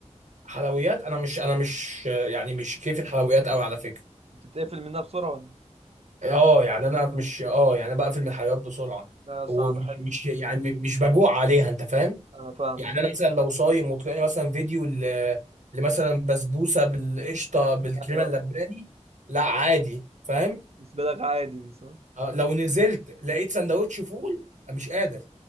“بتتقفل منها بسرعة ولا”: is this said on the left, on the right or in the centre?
Right